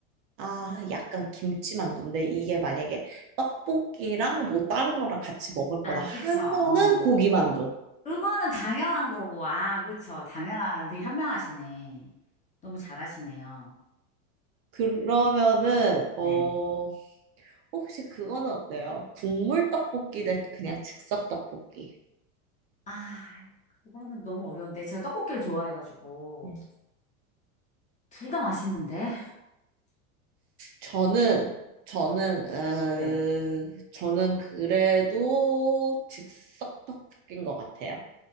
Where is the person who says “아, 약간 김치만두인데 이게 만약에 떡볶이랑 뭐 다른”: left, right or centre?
Right